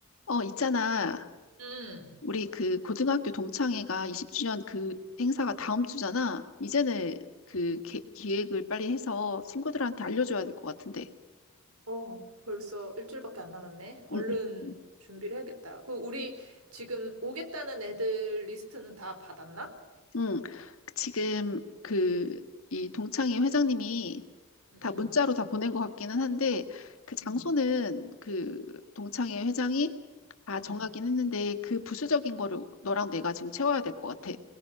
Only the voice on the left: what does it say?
어, 있잖아.
우리 그 고등학교 동창회가 20주년 그 행사가 다음 주잖아. 이제는 그 기, 기획을 빨리 해서 친구들한테 알려줘야 될 것 같은데.
응, 응. 응.
응. 지금 그 이 동창회 회장님이
다 문자로 다 보낸 것 같기는 한데 그 장소는
그 동창회 회장이 다 정하긴
했는데 그 부수적인 거를 너랑 내가 지금 채워야 될 것 같아.